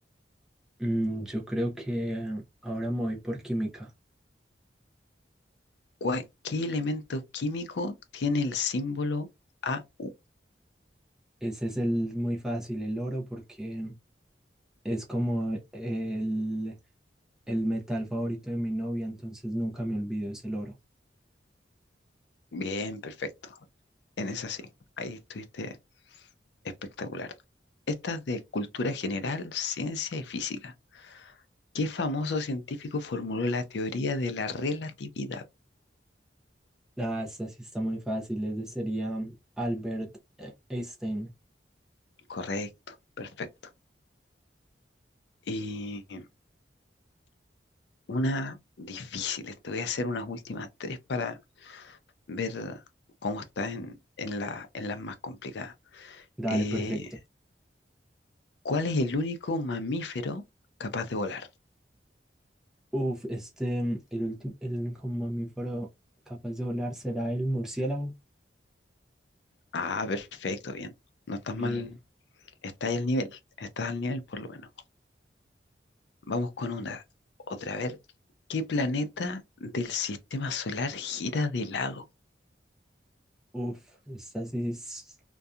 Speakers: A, in the centre; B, on the left.
A: Mm, yo creo que eh, ahora me voy por química.
B: ¿Cuál- ¿Qué elemento químico tiene el símbolo AU?
A: Ese es el muy fácil, el oro, porque es como el, el metal favorito de mi novia, entonces nunca me olvido, es el oro.
B: Bien, perfecto. En esa sí, ahí estuviste espectacular. Esta es de cultura general, ciencia y física. ¿Qué famoso científico formuló la teoría de la relatividad?
A: Ah, esta sí está muy fácil, este sería Albert eh, Einstein.
B: Correcto, perfecto. Y una difícil, te voy a hacer unas últimas tres para ver cómo está en, en la, en las más complicadas.
A: Dale,
B: Eh,
A: perfecto.
B: ¿cuál es el único mamífero capaz de volar?
A: Uf, este, el último, el único mamífero capaz de volar será el murciélago.
B: Ah, perfecto, bien. No estás
A: Bien.
B: mal, estás al nivel, estás al nivel por lo menos. Vamos con una, otra, a ver. ¿Qué planeta del sistema solar gira de lado?
A: Uf, esta sí es-